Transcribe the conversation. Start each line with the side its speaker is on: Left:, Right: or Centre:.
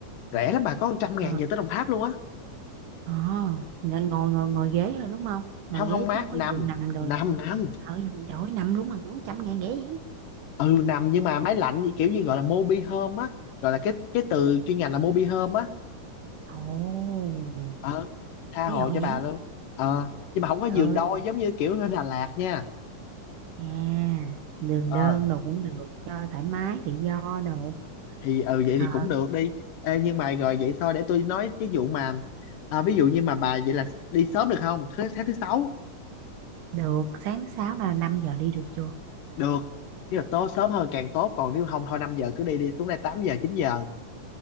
Left: rẻ lắm bà có 100 ngàn
Right: à, à,
Left: về tới Đồng Tháp luôn á
Right: Ờ, nên ngồi ngồi ngồi ghế thôi đúng không? Ngồi
Left: không
Right: ghế
Left: không
Right: chứ
Left: má
Right: không có
Left: nằm
Right: giường nằm đồ
Left: nằm
Right: nọ.
Left: nằm
Right: Ở đổi nằm luôn mà cũng trăm ngàn ghế vậy.
Left: ừ nằm nhưng mà máy lạnh như kiểu như gọi là mobi home á gọi là cái cái từ chuyên ngành là mobi home á
Right: Ồ,
Left: ờ tha
Right: ví
Left: hồ
Right: dụ
Left: cho
Right: vậy.
Left: bà luôn ờ nhưng mà không có giường
Right: Trời
Left: đôi
Right: ơi,
Left: giống như kiểu ở Đà Lạt nha
Right: à, đường
Left: ờ
Right: đơn đồ cũng được, cho thoải mái tự do đồ.
Left: thì ừ vậy thì
Right: Ờ,
Left: cũng được đi Ê, nhưng mà rồi vậy thôi để tôi nói cái vụ mà à, ví dụ như mà bà vậy là đi sớm được không thứ sáng thứ sáu
Right: được, sáng thứ 6 là 5 giờ đi được chưa?
Left: được nếu mà tối sớm hơn càng tốt còn nếu không thôi 5 giờ cứ đi đi xuống đây 8 giờ 9 giờ